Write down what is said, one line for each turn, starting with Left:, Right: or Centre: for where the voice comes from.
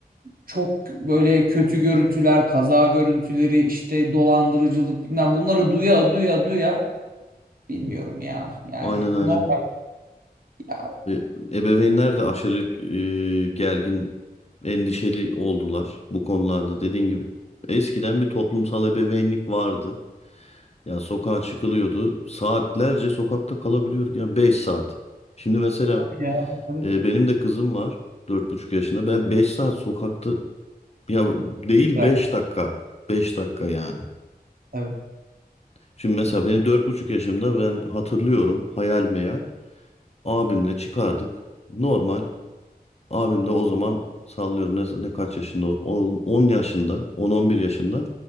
Right: çok böyle kötü görüntüler, kaza görüntüleri, işte dolandırıcılık bilmem bunları duya duya duya bilmiyorum ya. Yani
Left: Aynen
Right: <laughs>
Left: aynen.
Right: normal ya.
Left: E, ebeveynler de aşırı e, gergin, endişeli oldular bu konularda. Dediğin gibi eskiden bir toplumsal ebeveynlik vardı. Ya sokağa çıkılıyordu. Saatlerce sokakta kalabiliyorduk. Ya 5 saat. Şimdi mesela
Right: Tabii ya. Tabii.
Left: E, benim de kızım var. dört buçuk yaşında. Ben 5 saat sokakta ya değil
Right: Bırakamam.
Left: 5 dakika. beş dakika yani.
Right: Tabii.
Left: Şimdi mesela benim dört buçuk yaşımda ben hatırlıyorum hayal meyal. Abimle çıkardık. Normal. Abim de o zaman sallıyorum ne, ne kaç yaşında on yaşında on-on bir yaşında